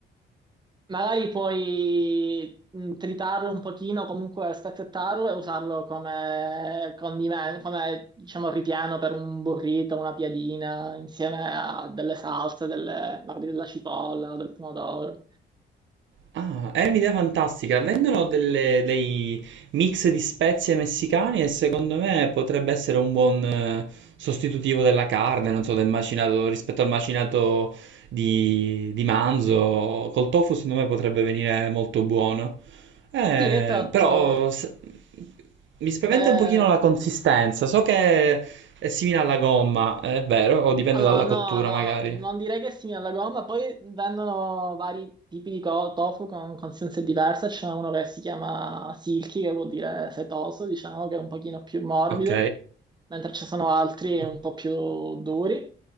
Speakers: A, on the right; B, on the right.
A: Magari puoi mh, tritarlo un pochino, comunque spezzettarlo e usarlo come condimento, come diciamo ripieno per un burrito, una piadina, insieme a delle salse, delle- magari della cipolla o del pomodoro.
B: Ah, è un'idea fantastica. Vendono delle- dei mix di spezie messicane e secondo me potrebbe essere un buon eh, sostitutivo della carne, non so, del macinato rispetto al macinato di, di manzo. Col tofu secondo me potrebbe venire molto buono. Eh,
A: Sì, esatto.
B: però s- mi spaventa
A: Eh,
B: un pochino la consistenza. So che è simile alla gomma, è vero, o dipende
A: Allora,
B: dalla
A: no,
B: cottura
A: no,
B: magari.
A: non direi che è simile alla gomma, poi vendono vari tipi di co- tofu con consistenze diverse, c'è uno che si chiama silky, che vuol dire setoso, diciamo, che è un pochino più morbido,
B: Ok.
A: mentre ci sono altri
B: ok.
A: un po' più duri.